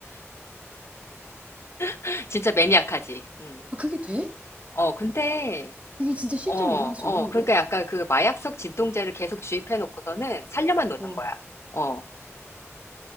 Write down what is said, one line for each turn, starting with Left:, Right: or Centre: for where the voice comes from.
Left: <laughs> 진짜 매니악하지. 음.
Right: 아, 그게 돼?
Left: 어, 근데,
Right: 그게 진짜 실제로
Left: 어, 어,
Right: 일어날 수 있는 일이야?
Left: 그러니까 약간 그 마약성 진통제를 계속 주입해놓고서는 살려만 놓는
Right: 어,
Left: 거야. 어.